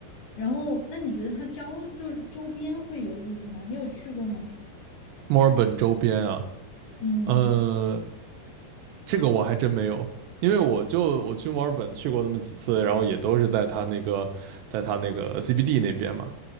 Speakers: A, on the left; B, on the right.
A: 然后，那你觉得它郊就是周边会有意思吗？你有去过吗？
B: 墨尔本周边啊，
A: 嗯
B: 嗯。这个我还真没有，因为我就我去墨尔本去过那么几次，然后也都是在它那个，在它那个 CBD 那边嘛。